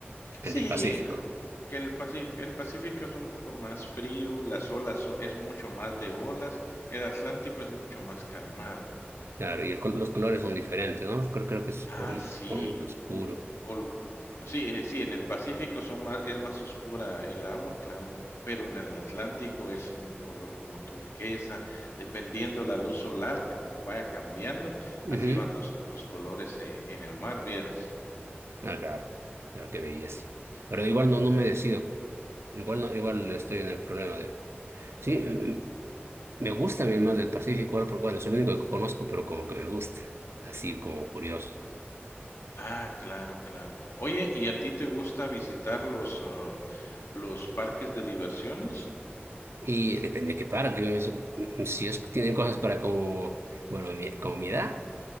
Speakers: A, on the right (about 80°); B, on the left (about 80°).
A: El
B: Sí,
A: del Pacífico.
B: el- que el Pacífico, el Pacífico es un poco más frío, las olas so- es mucho más de olas, el Atlántico es mucho más calmado.
A: Claro, y el col- los colores son diferentes, ¿no? Creo, creo que es
B: Ah,
A: como,
B: sí,
A: como oscuro.
B: un- col- no, sí, eh, sí, en el Pacífico son más, es más oscura el agua, claro, pero en el Atlántico es un color como turquesa, dependiendo la luz solar, como vaya cambiando,
A: Ujú.
B: así van los, los colores eh, en el mar, vieras.
A: Ah, claro, claro, qué belleza. Pero igual no, no me decido. Igual no, igual estoy en el problema de... Sí, mm, me gusta a mí el mar del Pacífico, ahora porque bueno, es el único que conozco, pero como que me gusta, así como curioso.
B: Ah, claro, claro. Oye, ¿y a ti te gusta visitar los, ah, los parques de diversiones?
A: Y depende de qué parque, eso, mm, si es que tienen cosas para como, bueno, mi- como mi edad,